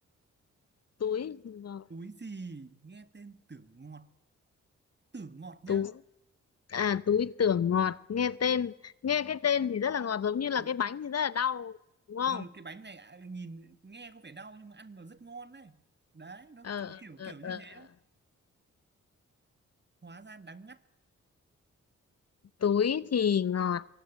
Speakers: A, on the left; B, on the right.
A: túi ngọt
B: túi gì nghe tên tưởng ngọt tưởng ngọt nhá
A: tú à túi tưởng ngọt nghe tên nghe cái tên thì rất là ngọt giống như là
B: ừ
A: cái bánh thì rất là đau đúng không
B: Ừ, cái bánh này à, nhìn nghe có vẻ đau nhưng mà ăn vào rất ngon đấy đấy nó
A: ờ
B: kiểu
A: ờ
B: kiểu kiểu
A: ờ
B: như
A: ờ.
B: thế
A: ờ.
B: đấy hóa ra đắng ngắt
A: túi thì ngọt